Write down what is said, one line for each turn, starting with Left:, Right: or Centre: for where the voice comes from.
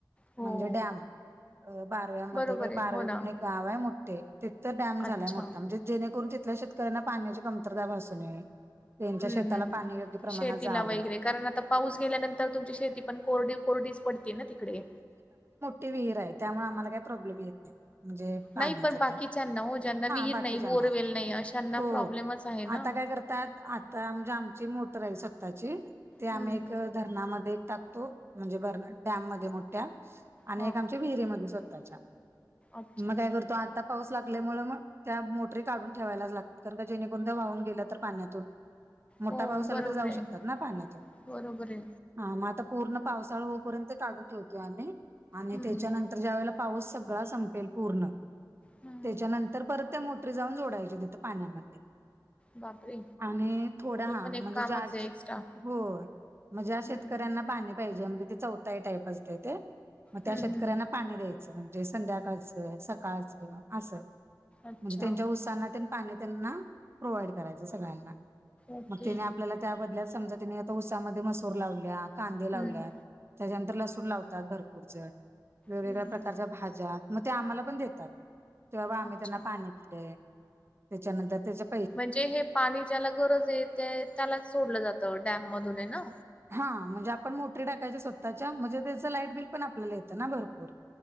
Left: हो
Right: म्हणजे डॅम बारव्यामध्ये
Left: बरोबर आहे
Right: बारावे
Left: हो ना
Right: म्हणून एक गाव आहे. मोठे तिंथ डॅम झालाय.
Left: अच्छा
Right: मोठा म्हणजे जेणे करून तिथल्या शेतकऱ्यांना पाण्याची कमतरता. भासून नये. त्यांच्या
Left: हम्म
Right: शेताला
Left: हम्म
Right: पाणी योग्य प्रमाणात
Left: शेतीला
Right: जावं
Left: वगैरे कारण आता पाऊस गेल्यानंतर तुमची शेती पण कोरडी कोरडी पडते. ना तिकडे
Right: ते विहीर आहे. त्यामुळे आम्हाला काही प्रॉब्लेम येत. नाही. म्हणजे पाण्याच्या
Left: नाही पण बाकीच्यांना
Right: ते
Left: हो ज्यांना विहीर
Right: बाकीच्याना
Left: नाही बोरवेल नाही अशांना
Right: हो
Left: प्रॉब्लेमच आहे ना.
Right: आता काय करत. त्यात आता म्हणजे आमची मोटर आहे. सत्ताची ते आम्ही
Left: हम्म.
Right: एक धरणामध्ये एक टाकतो. म्हणजे डॅम मोठ्या आणि
Left: हो.
Right: एक आम्हाच्या विहीरी स्वतःच्या
Left: अच्छा.
Right: मग काय करतो. आता पाऊस लागल्यामुळे मग, त्या मोटरीे काढून ठेवायलाच लागतात कारण का जेणेकरुणध वाहून गेलं तर पाण्यातून. मोठा
Left: हो
Right: पाऊस
Left: बरोबर
Right: आला तरी जाऊ
Left: आहे.
Right: शकतात ना पाण्यातून.
Left: बरोबर आहे.
Right: हा मं आता पूर्ण पावसाळा होपर्यंत काढून ठेवतोय आम्ही आणि
Left: हं.
Right: त्याच्यानंतर ज्या वेळेला पाऊस सगळा संपेल पूर्ण,
Left: हं.
Right: त्याच्यानंतर परत त्या मोटरी जाऊन जोडायच्या तिथं पाण्यामध्ये.
Left: बापरे!
Right: आणि थोडा
Left: हे
Right: हा
Left: पण एक
Right: म्हणजे
Left: कामच
Right: ज्या
Left: आहे एक्स्ट्रा.
Right: हो मं ज्या
Left: हं.
Right: शेतकऱ्यांना पाणी पाहिजे म्हणजे ते चौथाई टाईप असतंय ते, मग त्या
Left: हं,
Right: शेतक
Left: हं.
Right: पाणी द्यायचं, म्हणजे संध्याकाळचं सकाळचं असं.
Left: अच्छा.
Right: म्हणजे त्यांच्या उत्साना पाणी त्यांना प्रोव्हाइड करायचं सगळ्यांना.
Left: ओके.
Right: मग तेने आपल्याला त्या बदल्यात, समजा तेने आता उसामध्ये मसूर लावल्या, कांदे लावल्यात
Left: हं.
Right: त्याच्यानंतर लसूण लावतात भरपूर जण, वेगवेगळ्या
Left: हं,
Right: प्रकारच्या
Left: हं.
Right: भाज्या मं ते आम्हाला पण देतात. तेव्हा आम्ही
Left: अच्छा.
Right: त्यांना पाणी दिलंय, त्याच्यानंतर त्याच्या
Left: म्हणजे हे पाणी ज्याला गरजये, ते त्यालाच सोडलं जातं डॅम मधून ये ना?
Right: हां म्हणजे आपण मोटरी टाकायच्या सोताच्या, म्हणजे त्याचं लाईट बिल पण आपल्याला येतं ना भरपूर.